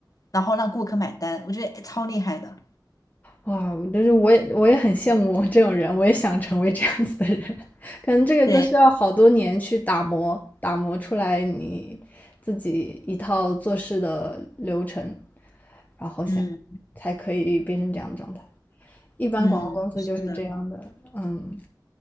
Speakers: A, on the left; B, on the left.
A: 然后让顾客买单，我觉得超厉害的。
B: 哇，但是我也我也很羡慕这种人，我也想成为这样子的人。<laughs> 可能这个都需要好多年去打磨，
A: 对，
B: 打磨出来你自己一套做事的流程，然后想
A: 嗯
B: 才可以变成这样的状态。一般广告公司就是这样的。
A: 嗯。是的。
B: 嗯，